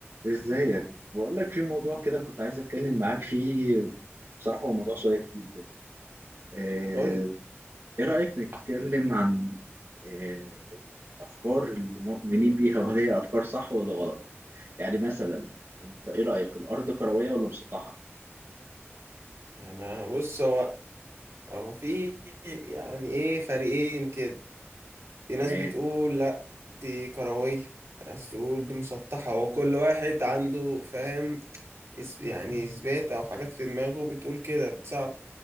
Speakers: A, on the right (about 65°); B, on the right (about 80°).
A: ازيك بقول لك في موضوع كده كنت عايز اتكلم معاك فيه بصراحة هو موضوع شيق جدا آه،
B: قول لي
A: ايه رأيك نتكلم عن آه، افكار المؤمنين بيها وهل هي افكار صح ولا غلط يعني مثلا انت ايه رأيك الارض كروية ولا مسطحة
B: انا بص هو هو في يعني ايه فريقين كده في
A: تمام
B: ناس بتقول لا دي كروية ناس تقول دي مسطحة وكل واحد عنده فاهم إس- يعني اثبات او حاجات في دماغه بتقول كده بتساعده